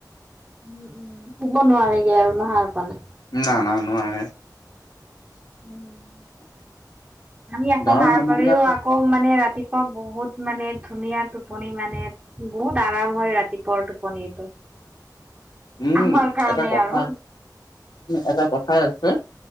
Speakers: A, on the right; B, on the left.
A: উম উম, শুব নোৱাৰেগে আৰু ন সাৰ পালে?
B: না না নোৱাৰে।
A: উম, আমি আকৌ
B: গাঁৱৰ
A: সাৰ
B: মানুহ
A: পালেও
B: বিলাক
A: আকৌ আকৌ মানে ৰাতিপুৱা বহুত মানে ধুনীয়া টোপনি মানে বহুত আৰাম হয় ৰাতিপুৱা টোপনিটো।
B: উম,
A: আমাৰ কাৰণে
B: এটা কথা
A: আৰু
B: এটা কথাই আছে